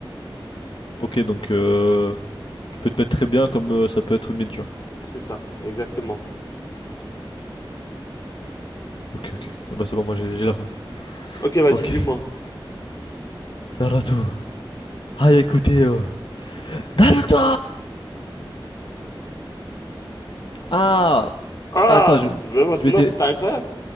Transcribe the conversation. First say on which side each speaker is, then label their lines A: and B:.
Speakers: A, on the left (about 70°); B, on the left (about 40°).
A: Ok, donc euh, tu peux te mettre très bien comme euh, ça peut être mid, genre.
B: C'est ça, exactement.
A: Ok, ok. Ah bah c'est bon, moi j'ai j'ai la fin.
B: Ok, vas-y,
A: Ok.
B: dis-moi.
A: Naruto. Ah, écoutez. euh, Naruto! Ah!
B: Ah!
A: Attends, je,
B: Vraiment, c'est-
A: je m'étais.
B: non, c'était incroyable.